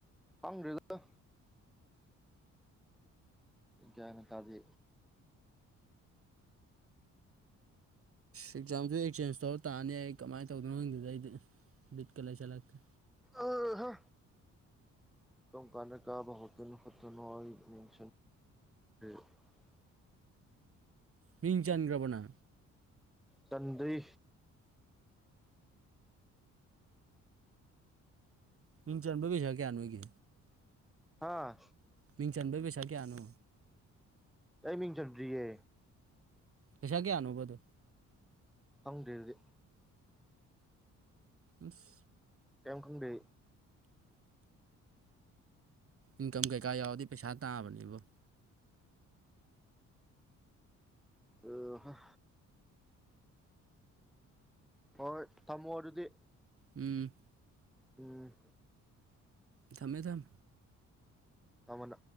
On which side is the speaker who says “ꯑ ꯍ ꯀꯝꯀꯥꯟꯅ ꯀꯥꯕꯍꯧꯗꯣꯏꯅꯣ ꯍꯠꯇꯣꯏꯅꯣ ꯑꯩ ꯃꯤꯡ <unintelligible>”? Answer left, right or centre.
Centre